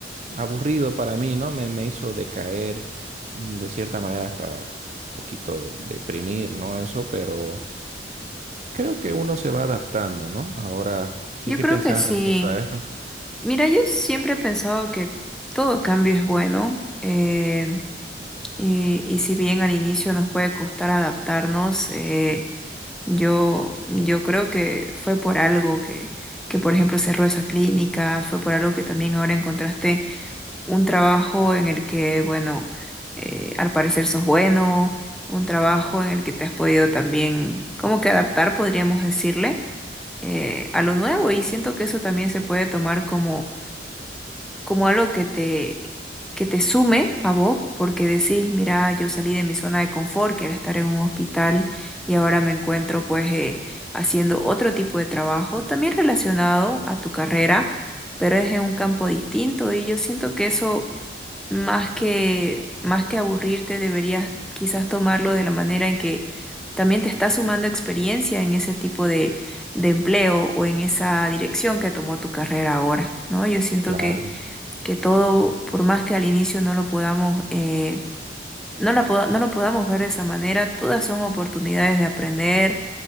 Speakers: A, on the right (about 40°); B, in the centre.
A: aburrido para mí, ¿no? Me, me hizo decaer mm, de cierta manera hasta un poquito deprimir, ¿no? Eso, pero creo que uno se va adaptando, ¿no? Ahora, ¿qué,
B: yo
A: qué
B: creo
A: pensás
B: que sí.
A: respecto a esto?
B: Mira, yo siempre he pensado que todo cambio es bueno. Eh, Y, y si bien al inicio nos puede costar adaptarnos, eh, yo, yo creo que fue por algo que, que, por ejemplo, cerró esa clínica, fue por algo que también ahora encontraste un trabajo en el que, bueno, eh, al parecer sos bueno, un trabajo en el que te has podido también, como que adaptar, podríamos decirle, eh, a lo nuevo y siento que eso también se puede tomar como como algo que te, que te sume a vos, porque decís, mira, yo salí de mi zona de confort, que era estar en un hospital, y ahora me encuentro pues eh, haciendo otro tipo de trabajo, también relacionado a tu carrera, pero es en un campo distinto, y yo siento que eso, más que, más que aburrirte, deberías quizás tomarlo de la manera en que también te está sumando experiencia en ese tipo de, de empleo o en esa dirección que tomó tu carrera ahora, ¿no? Yo siento
A: Claro.
B: que que todo, por más que al inicio no lo podamos, eh, no la poda- no lo podamos ver de esa manera, todas son oportunidades de aprender